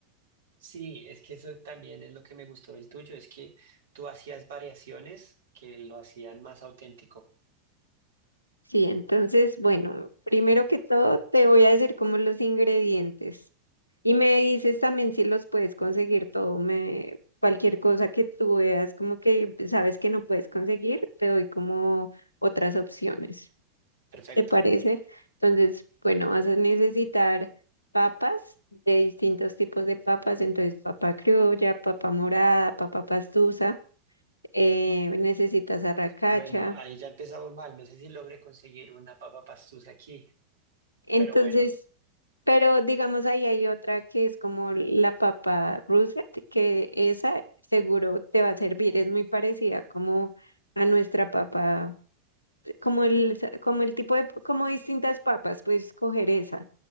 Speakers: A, on the right; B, on the left.
A: Sí, es que eso también es lo que me gustó del tuyo, es que tú hacías variaciones que lo hacían más auténtico.
B: Sí, entonces, bueno, primero que todo te voy a decir como los ingredientes. Y me dices también si los puedes conseguir todo, me, cualquier cosa que tú veas, como que sabes que no puedes conseguir, te doy como otras opciones,
A: Perfecto.
B: ¿te parece? Entonces, bueno, vas a necesitar papas de distintos tipos de papas, entonces papa criolla, papa morada, papa pastusa, eh, necesitas arracacha.
A: Bueno, ahí ya empezamos mal. No sé si logré conseguir una papa pastusa aquí,
B: Entonces,
A: pero bueno,
B: Pero digamos ahí hay otra que es como la papa russet que esa seguro te va a servir, es muy parecida como a nuestra papa, como el, como el tipo de, como distintas papas, puedes escoger esa